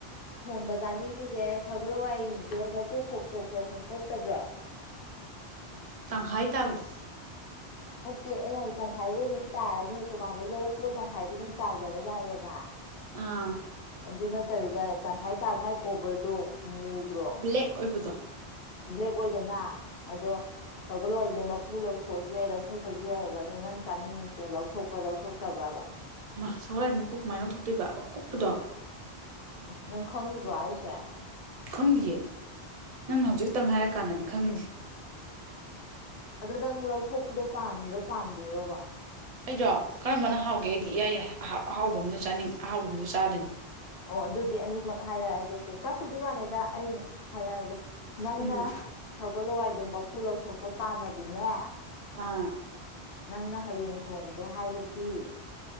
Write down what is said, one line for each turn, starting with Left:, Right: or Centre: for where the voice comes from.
Left: ꯊꯣꯡꯕ ꯆꯥꯅꯤꯡꯉꯤꯁꯦ ꯁꯒꯣꯜ ꯍꯋꯥꯏꯗꯣ ꯃꯀꯨ ꯈꯣꯛꯇꯣꯛꯄ꯭ꯔꯣ ꯈꯣꯛꯇꯣꯛꯇꯕ꯭ꯔꯣ
Right: ꯇꯪꯈꯥꯏ ꯇꯥꯕꯗꯣ
Left: ꯅꯠꯇꯦ ꯑꯩꯅ ꯇꯪꯈꯥꯏꯕꯨꯗꯤ ꯑꯗꯨꯝ ꯇꯥꯔꯅꯤꯅ ꯗꯨꯀꯥꯟꯗꯩ ꯂꯩꯔꯛꯄꯗ ꯇꯪꯈꯥꯏꯗꯤ ꯑꯗꯨꯝ ꯇꯥꯖꯔ ꯂꯏꯗꯅ
Right: ꯑꯥ
Left: ꯑꯗꯨ ꯅꯠꯇꯕꯤꯗ ꯇꯪꯈꯥꯏ ꯇꯥꯕ ꯃꯥꯏ ꯀꯣꯕꯔꯗꯨꯣ ꯃꯨꯗ꯭ꯔꯣ
Right: ꯕ꯭ꯂꯦꯛ ꯑꯣꯏꯕꯗꯣ
Left: ꯕ꯭ꯂꯦꯛ ꯑꯣꯏꯗꯅ ꯑꯗꯣ ꯁꯧꯒꯠꯂꯛꯏꯁꯦ ꯃꯀꯨ ꯂꯧꯊꯣꯛꯑꯁꯨ ꯌꯥꯏ ꯂꯧꯊꯣꯛꯇ꯭ꯔꯁꯨ ꯌꯥꯏꯑꯕ ꯑ ꯑꯗꯨꯣ ꯅꯪ ꯆꯥꯅꯤꯡꯉꯤꯁꯦ ꯂꯧꯊꯣꯛꯄ꯭ꯔꯥ ꯂꯧꯊꯣꯛꯇꯕ꯭ꯔꯥꯕ
Right: ꯃꯥ ꯁꯒꯣꯔꯥꯏ ꯃꯀꯨ ꯀꯃꯥꯏꯅ ꯇꯧꯊꯣꯛꯇꯣꯏꯕ ꯀꯨꯞꯄꯗꯣ
Left: ꯅꯪ ꯈꯪꯕ꯭ꯔꯣ ꯑꯩꯁꯦ
Right: ꯈꯪꯗꯤꯌꯦ ꯅꯪꯅ ꯍꯧꯖꯤꯛꯇꯪ ꯍꯥꯏꯔꯀꯥꯟꯗꯅꯤ ꯈꯪꯉꯁꯤꯦ
Left: ꯑꯗꯨ ꯅꯪ ꯂꯧꯊꯣꯛꯄꯗꯣ ꯄꯥꯝꯃꯤꯔꯣ ꯄꯥꯝꯕꯤꯔꯣꯕ
Right: ꯑꯩꯗꯣ ꯀꯔꯝꯕꯅ ꯍꯥꯎꯒꯦ ꯑꯩꯗꯤ ꯏꯌꯥꯏ ꯌꯥꯏ ꯑꯍ ꯑꯍꯥꯎꯕ ꯑꯃꯣ ꯆꯥꯅꯤꯡ ꯑꯍꯥꯎꯕ ꯑꯝꯗ ꯆꯥꯗꯅꯤ
Left: ꯑꯣ ꯑꯗꯨꯗꯤ ꯑꯅꯤꯃꯛ ꯍꯥꯏꯔꯛꯑꯒꯦꯁ ꯆꯥꯛꯄꯨꯗꯤ ꯃꯥꯟꯅꯩꯗ ꯑꯩꯅ ꯍꯥꯏꯔꯛꯑꯒꯦ ꯅꯪꯅ
Right: ꯎꯝ
Left: ꯁꯒꯜ ꯍꯋꯥꯏꯗꯣ ꯃꯀꯨ ꯂꯧꯊꯣꯛꯄ ꯄꯥꯝꯃꯗꯤꯅꯦ
Right: ꯑꯥ
Left: ꯅꯪꯅ ꯍꯌꯦꯡ ꯊꯣꯡꯒꯦ ꯍꯥꯏꯔꯗꯤ